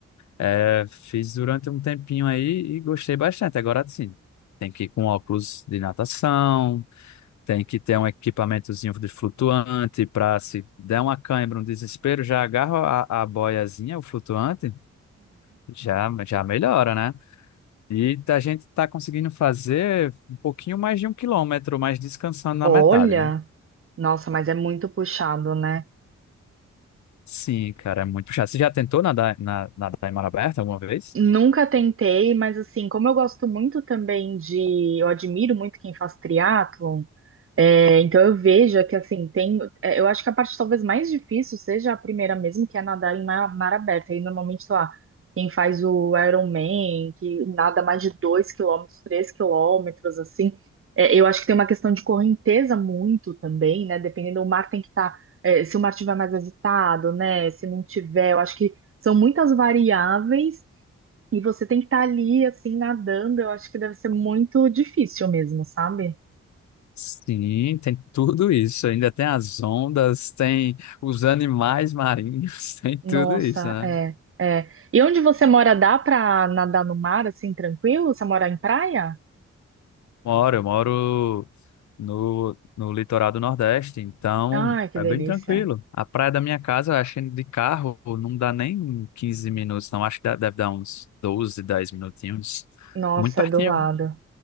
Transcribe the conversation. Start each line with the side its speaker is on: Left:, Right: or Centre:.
Left: É, fiz durante um tempinho aí e gostei bastante. Agora sim, tem que ir com óculos de natação, Tem que ter um equipamentozinho de flutuante para se der uma cãibra, um desespero, já agarra a, a boiazinha, o flutuante, já, já melhora, né? E a gente está conseguindo fazer um pouquinho mais de um quilômetro, mas descansando na
Right: Olha,
Left: metade, né?
Right: nossa, mas é muito puxado, né?
Left: Sim, cara, é muito chato. Você já tentou nadar, na, nadar em mar aberto alguma vez?
Right: Nunca tentei, mas assim, como eu gosto muito também de, eu admiro muito quem faz triatlon, É, então eu vejo que assim tem, é, eu acho que a parte talvez mais difícil seja a primeira mesmo, que é nadar em mar, mar aberto. Aí normalmente, sei lá, quem faz o Ironman, que nada mais de 2 quilômetros, 3 quilômetros, assim, é, eu acho que tem uma questão de correnteza muito também, né? Dependendo, o mar tem que estar, se o mar estiver mais agitado, né? Se não tiver, eu acho que são muitas variáveis e você tem que estar ali, assim, nadando. Eu acho que deve ser muito difícil mesmo, sabe?
Left: Sim, tem tudo isso. Ainda tem as ondas, tem os animais marinhos, <laughs> tem tudo
Right: Nossa,
Left: isso, né?
Right: é, é. E onde você mora, dá pra nadar no mar assim, tranquilo? Você mora em praia?
Left: Moro, eu moro no, no litoral do Nordeste, então
Right: Ai, que
Left: é
Right: delícia.
Left: bem tranquilo. A praia da minha casa, eu acho que de carro não dá nem 15 minutos, não. Acho que dá- deve dar uns 12, 10 minutinhos.
Right: Nossa,
Left: É muito pertinho.
Right: é do lado,